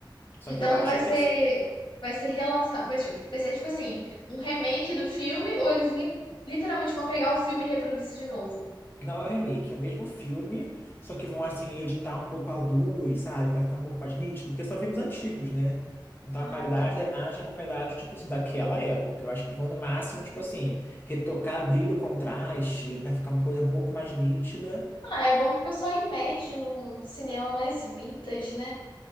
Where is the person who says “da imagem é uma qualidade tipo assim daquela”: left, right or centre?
Left